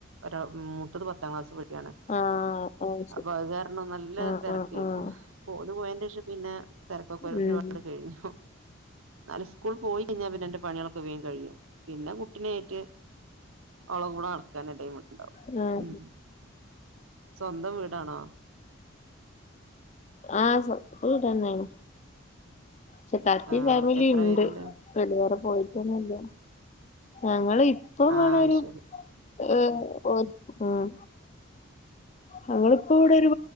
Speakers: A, on the right (about 90°); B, on the left (about 35°).
A: ഓരെ മൂത്തത് പത്താം ക്ലാസ് പഠിക്കാണ്
B: ആഹ് ആഹ് ശരി
A: അപ്പൊ അത് കാരണം നല്ല
B: ആഹ്
A: തെരക്കേര്ന്നു
B: ആഹ് ആഹ്
A: പ്പോ ഓല് പോയെന്റെഷം പിന്നെ തിര ഒരുപാട്
B: ഉം
A: കഴിഞ്ഞു. ന്നാലും സ്കൂൾ പോയി കയ്ഞ്ഞാ പിന്നെന്റെ പണികളൊ ക്കെ വേം കഴിയും, പിന്നെ കുട്ടിനേറ്റ് അവള കൂടെ നടക്കാനെ ടൈമ് ണ്ടാവു
B: ആഹ്
A: ഉം സ്വന്തം വീടാണോ
B: ആഹ് സ്വന്തം വീടന്നേണ്, പക്ഷെ ത്താത്തിം
A: ആഹ്
B: ഫാമിലിംണ്ട്
A: എത്ര പേരുണ്ട്
B: ഓല് വേറെ പോയിട്ടൊന്നുല്ല ഞങ്ങള് ഇപ്പംവടൊരു
A: ആഹ് ശരി
B: ഏഹ് ഓഹ് ഉം ഞങ്ങളിപ്പോവടെ ഒരു